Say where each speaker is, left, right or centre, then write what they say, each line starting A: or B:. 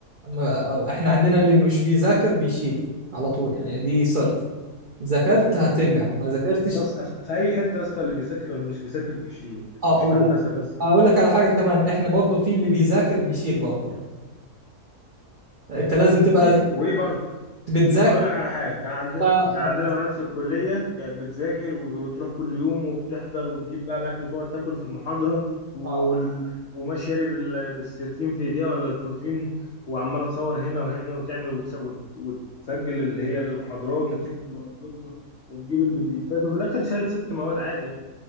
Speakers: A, on the right (about 55°); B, on the left (about 75°).
A: ما- احنا عندنا اللي مش بيذاكر بيشيل على طول يعني دي سر ذاكرت هتنجح ما ذاكرتش
B: يا اسطى في في أي حتة يا اسطى اللي بيذاكر واللي مش بيذاكر بيشيل
A: اه
B: مش في هندسة بس يعني.
A: واقول لك على حاجة كمان احنا برضو في اللي بيذاكر بيشيل برضو يعني. انت لازم تبقى
B: ماشي وإيه برضه
A: بتذاكر
B: اقول لك على حاجه كان عندنا
A: آه. آه.
B: كان عندنا بنات في الكليه كانت بتذاكر وبتروح كل يوم وبتحضر وتجيب بقى الاكل وتقعد تاكل في المحاضره وال...
A: آه.
B: وماشيه لي بال... بالسيرتين في ايديها ولا الفورتين وعماله تصور هنا وهنا وتعمل وتس... وت... وتسجل اللي هي المحاضرات وتكتب ورا الدكتور وتجيب البي دي افات وفي الاخر شالت ست مواد عادي يعني